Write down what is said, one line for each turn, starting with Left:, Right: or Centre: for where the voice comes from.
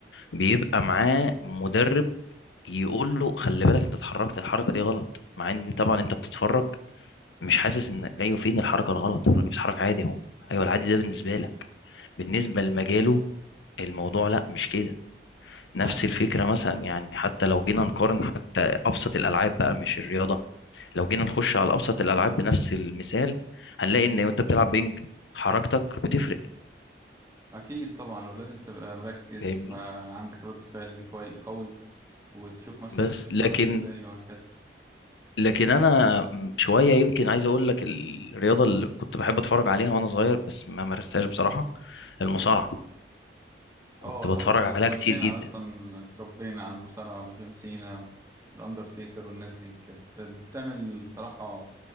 Left: بيبقى معاه مدرب يقول له خلي بالك انت اتحركت الحركه دي غلط مع ان طبعا انت بتتفرج مش حاسس ان ايوه فين الحركه الغلط الراجل بيتحرك عادي اهو ايوه العادي ده بالنسبه لك بالنسبه لمجاله الموضوع لا مش كده نفس
Right: فعلا
Left: الفكره مثلا يعني حتى لو جينا نقارن حتى ابسط الالعاب بقى مش الرياضه لو جينا نخش على ابسط الالعاب بنفس المثال هنلاقي ان وانت بتلعب بينج حركتك بتفرق
Right: اكيد طبعا ولازم تبقى مركز
Left: فاهمني
Right: وتبقى عندك رد فعل كوي قوي وتشوف مثلا
Left: بس
Right: ده بيتحرك
Left: لكن
Right: ازاي وهكذا
Left: لكن انا شويه يمكن عايز اقول لك الرياضه اللي كنت بحب اتفرج عليها وانا صغير بس ما مارستهاش بصراحه المصارعه كنت
Right: اه طبعا
Left: بتفرج
Right: احنا
Left: عليها
Right: كلنا
Left: كتير جدا
Right: اصلا اتربينا على المصارعة وجون سينا والاندرتيكر والناس دي كانت بتعمل صراحة